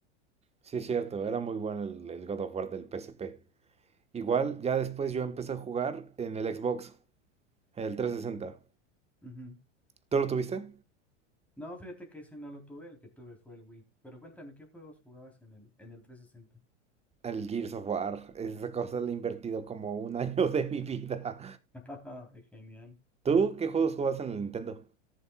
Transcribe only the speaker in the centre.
Ujú.
No, fíjate que ese no lo tuve, el que tuve fue el Wii. Pero cuéntame, ¿qué juegos jugabas en el, en el 360?
<laughs> Genial.